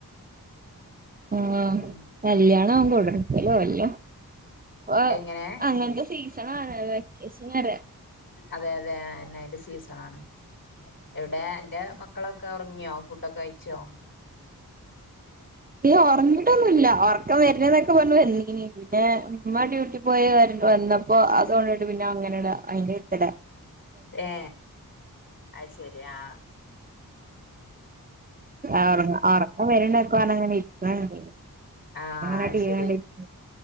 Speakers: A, on the right (about 25°); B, on the left (about 70°).
A: ആ
B: പിന്നെ
A: കല്യാണവും കുടിരിക്കലും എല്ലോ ഇപ്പൊ
B: എങ്ങനെ
A: അങ്ങനത്തെ സീ സണാണ് വെക്കേഷനറിയ
B: അതെ അതെ അതന്നെ അയിന്റെ സീസണാണ് എവി- ന്നെ അന്റെ മക്കളൊക്കെ ഒറങ്ങിയോ ഫുഡോ കഴിച്ചോ
A: ഏയ് ഒറങ്ങിട്ടൊന്നുല്ല ഒറക്കം വരുണന്ന് എന്നൊക്കെ പറഞ്ഞു വന്നീനി പിന്നെ ഉമ്മ ഡ്യൂട്ടി പോയി വന്നപ്പോ ആ സൗണ്ടേട്ട് പിന്നെ അങ്ങനെയാണ്ട് അയിന്റെ വയ്ത്തലേ
B: ഏ അത് ശെരി ആ
A: ആ ഒറങ്ങ ഒറ്- ക്കം വരണ്ട്ന്ന് പറഞ്ഞൊക്കെ ഇരിക്ക്ണ്ട്
B: ആഹ്
A: അങ്ങനെ
B: അത്
A: ടിവി
B: ശരി
A: കണ്ടിരിക്ക്ണ്ട്